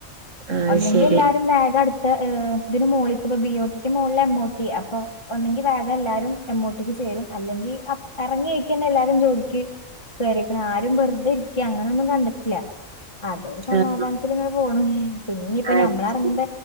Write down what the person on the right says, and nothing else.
ആഹ്
ശരി
ആഹ്
അത് ശരി